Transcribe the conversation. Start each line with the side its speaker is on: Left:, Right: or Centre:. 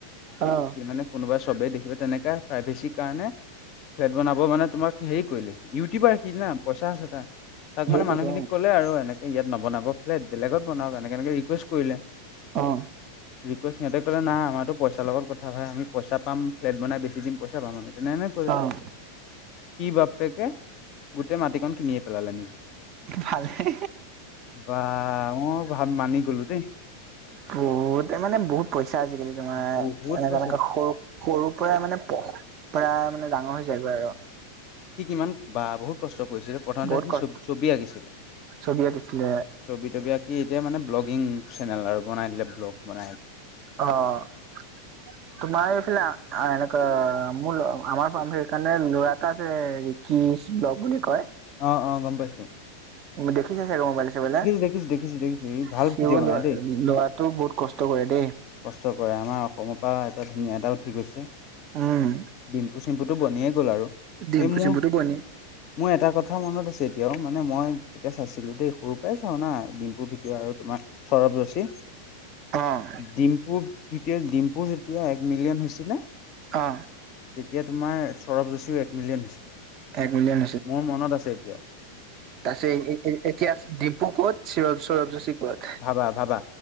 Right: অঁ।
Left: কি মানে কোনোবা চবেই দেখিবা, তেনেকা প্ৰাইভেচিৰ কাৰণে ফ্লেট বনাব মানে তোমাক হেৰি কৰিলে। ইউটিউবাৰ সি না পইচা আছে তাৰ। তাক
Right: সেইটোতো
Left: মানে মানুহখিনিক ক'লে আৰু এনে কে ইয়াত নবনাব ফ্লেট বেলেগত বনাওক, এনেকে, এনেকে ৰিকুৱেষ্ট কৰিলে।
Right: অঁ।
Left: ৰিকুৱেষ্ট সিহঁতে ক'লে না আমাৰটো পইচা লগত কথা ভাই। আমি পইচা পাম ফ্লেট বনাই বেছি দিম পইচা পাম আমি। তেনে হয়।
Right: অ',
Left: সি বাপ্পেকে গোটেই মাটিকণ কিনিয়েই পেলালে নিজে!
Right: ভালহে!
Left: বা অ' ভা মানি গলোঁ দেই।
Right: বহুতে মানে বহুত পইচা আজিকালি তোমাৰ,
Left: বহুত
Right: এনেকা-এনেকা
Left: পইচা।
Right: সৰু সৰুৰ পৰা মানে বহুত পৰা মানে ডাঙৰ হৈ যায়গৈ আৰু
Left: সি কিমান বা বহুত কষ্ট কৰিছে। প্রথমতে
Right: বহুত
Left: সি
Right: কষ্ট
Left: ছ ছবি আঁকিছিলে।
Right: ছবি আঁকিছিলে
Left: ছবি তবি আঁকি এতিয়া মানে ব্লগিং চেনেল আৰু বনাই দিলে। ব্লগ বনাই
Right: অ'হ। তোমাৰ এইফালে এনেকুৱা, মোৰ আমাৰ সেইকাৰণে ল'ৰা এটা আছে কৃষ্ণ বুলি কয়!
Left: অ' অ' গম পাইছোঁ।
Right: উম, দেখিছাই চাগে মোবাইল আছ
Left: দেখিছো দেখিছো দেখিছো ই
Right: <unintelligible>
Left: ভাল
Right: সিও
Left: ভিডিঅ' বনাই
Right: ল
Left: দেই
Right: ল'ৰাটো বহুত কষ্ট কৰে দেই!
Left: কষ্ট কৰে অ', আমাৰ সৰু পা এটা ধুনীয়া এটা উঠি গৈছে।
Right: উম।
Left: ডিম্পু চিম্পুটো বনিয়ে গ'ল আৰু
Right: ডিম্পু-
Left: এই মোৰ
Right: চিম্পুটো বনি
Left: মোৰ এটা কথা মনত আছে এতিয়াও, মানে মই তেতিয়া চাইছিলোঁ দেই। সৰুৰ পৰাই চাওঁ না ডিম ডিম্পু আৰু তোমাৰ শৰব গৈছি
Right: অ'হ।
Left: ডিম্পুৰ ভিডিঅ', ডিম্পু যেতিয়া এক মিলিয়ন হৈছিলে
Right: অহ।
Left: তেতিয়া তোমাৰ শৰব যোশীও এক মিলিয়ন হৈছিলে।
Right: এক মিলিয়ন
Left: মোৰ মনত আছে এতিয়াও।
Right: তাৰ পিছতে এ- এ-এ এতিয়া ডিম্পু ক'ত! শৰব যোশী ক'ত!
Left: ভাবা -ভাবা,